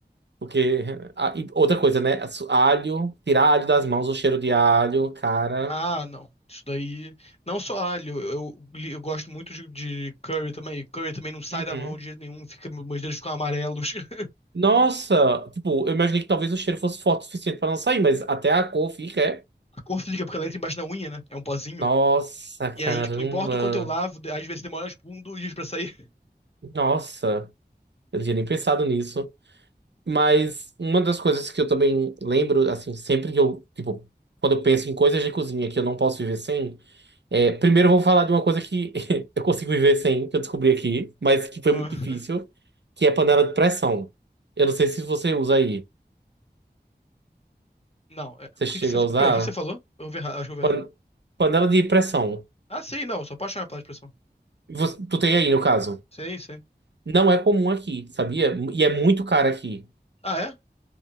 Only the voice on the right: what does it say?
Porque. ah, e outra coisa, né? Su- Alho, tirar alho das mãos, o cheiro de alho, cara.
Uhum.
Nossa! Tipo, eu imaginei que talvez o cheiro fosse forte o suficiente pra não sair, mas até a cor fica, é.
Nossa, caramba!
Nossa! Eu não tinha nem pensado nisso. Mas uma das coisas que eu também lembro, assim, sempre que eu, tipo, quando eu penso em coisas de cozinha que eu não posso viver sem, é, primeiro eu vou falar de uma coisa que <laughs> eu consigo viver sem, que eu descobri aqui, mas que foi
muito difícil, que é panela de pressão. Eu não sei se você usa aí.
Você
chega
a usar?
Pan-
panela de pressão.
Você- tu tem aí, no caso.
Não é comum aqui, sabia? E é muito cara aqui.